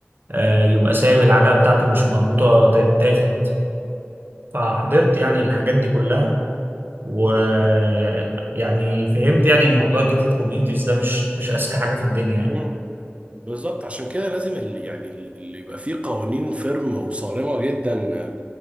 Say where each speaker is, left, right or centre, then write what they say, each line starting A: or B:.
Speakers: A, on the right (about 50°); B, on the right (about 30°).
A: آه، يبقى سايب العجلة بتاعته مش مربوطة تتاخد فحضرت يعني الحاجات دي كلها ويعني فهمت يعني إن موضوع الجيتد كوميونيتيز ده مش مش أذكى حاجة في الدنيا يعني
B: مم. بالظبط عشان كده لازم ال- يعني ال- اللي يبقى فيه قوانين فيرم وصارمة جدا آه،